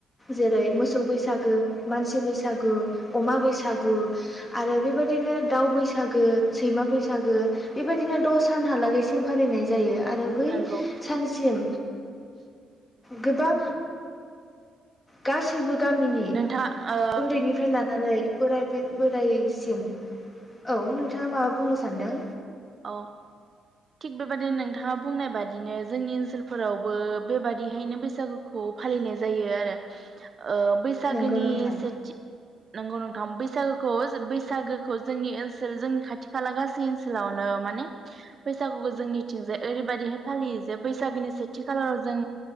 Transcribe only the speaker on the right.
नंगौ
नोंथाङा ओ
अ थिग बेबादिनो नोंथाङा बुंनाय बादिनो जोंनि ओनसोलफोरावबो बेबादिहायनो बैसागुखौ फालिनाय जायो आरो ओ बैसागुनि
सेथि नंगौ नों बैसागुखौ बैसागुखौ जोंनि ओनसोल जोंनि खाथि खाला गासै ओनसोलाव नो माने बैसागुखौ जोंनिथिंजाय ओरैबायदिहाय फालियो जे बैसागोनि सेथि खालाराव जों